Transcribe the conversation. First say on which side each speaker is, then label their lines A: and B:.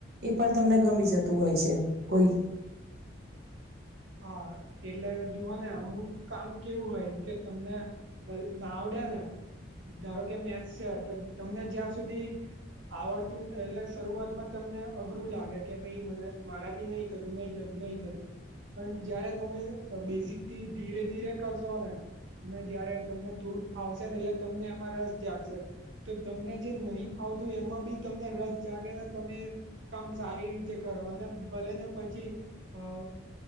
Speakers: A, on the right; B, on the right.
A: એ પણ તમને ગમી જતું હોય છે કોઈ
B: હા એટલે જુવા ને અમુક કામ કેવું હોય કે તમને ના આવડે ને ધારો કે મેચ છે તો તમને જ્યાં સુધી આવડતું એટલે શરૂઆતમાં તમને અઘરું લાગે કે ભાઈ મને મારાથી નહી નઈ થતુ નઈ થતુ પણ જયારે તમે બેઝિકથી ધીરે ધીરે કરશો ને? અને જયારે તમને થોડુંક ફાવશે ને એટલે તમને એમાં રસ જાગશે. તો તમને જે નહીં ફાવતું એમાં બી તમને રસ જાગેને તમે- - કામ સારી રીતે કરો અને ભલે ને પછી અ- -